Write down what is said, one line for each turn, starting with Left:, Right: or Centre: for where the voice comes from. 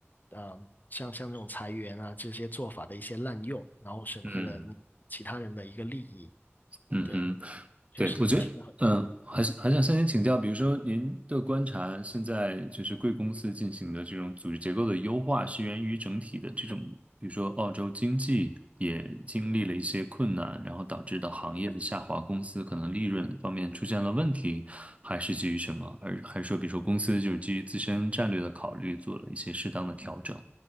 Left: 呃像像这种裁员啊这些做法的一些滥用，然后损害了你其他人的一个利益。
Right: 嗯嗯哼。
Left: 对，确实听了很多，
Right: 对，我觉得，嗯、还是还想向您请教，比如说您的观察，现在就是贵公司进行的这种组织结构的优化，是源于整体的这种，比如说澳洲经济也经历了一些困难，然后导致的行业的下滑，公司可能利润方面出现了问题，还是基于什么？而还是说，比如说公司就是基于自身战略的考虑，做了一些适当的调整？